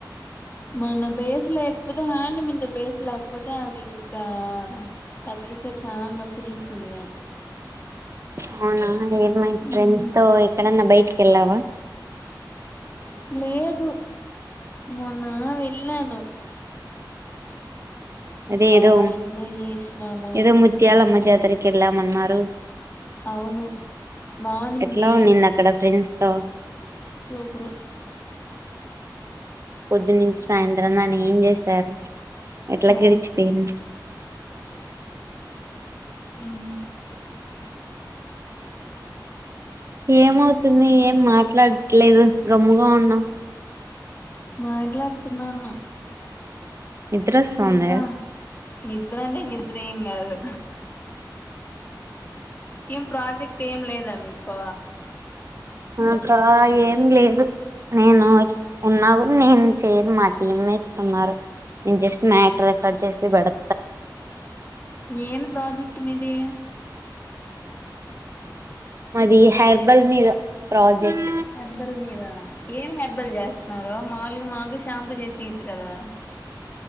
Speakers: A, on the left (about 25°); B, on the right (about 40°).
A: మన బేస్ లేకపోతే హ్యాండ్ మీద బేస్ లేకపోతే అది ఇంకా తగిలితే చాలా నొప్పి తీస్తుంది గాని
B: అవునా ఏమై ఫ్రెండ్స్
A: ఉమ్
B: తో ఎక్కడన్నా బయట ఎల్లారా
A: లేదు మొన్న వె ఎల్లాను
B: అదే
A: బా
B: ఏదో
A: ఎంజాయ్ చేసినాము
B: ఏదో ముత్యాలమ్మ జాతరకి ఎల్లామన్నారు
A: అవును బావునుంది
B: ఎట్లా ఉండింది అక్కడ ఫ్రెండ్స్ తో
A: సూపరు
B: పొద్దు నుంచి సాయంత్రం దాన ఏం చేశారు అట్లా
A: ఆ
B: గరిచి పోయింది
A: మ్
B: ఏమవుతుంది ఏం మా అట్లాలేదు గమ్ముగా ఉన్నాం
A: మాట్లాడుతున్నాను
B: నిద్ర ఓస్తాంద
A: ఇంకా నిద్ర అనే నిద్ర దేం గాదు ఏం ప్రాజెక్ట్ ఏం లేదా మీకు
B: మాకా ఏం లేదు నేను ఉన్నా కూడా నేను చేయను మా టీమ్మేట్స్ ఉన్నరు నేన్ జస్ట్ మ్యాటర్ రెఫర్ చేసి పెడతా
A: నేను ప్రాజెక్ట్ క్ట్ మీదే
B: మాది హెర్బల్ మీద ప్రాజెక్ట్
A: హెర్బెల్ మీద ఏం హెర్బెల్ చేస్తున్నారో మాముూలుగా మాకు షాంపూ చేసి ఇయచు కదా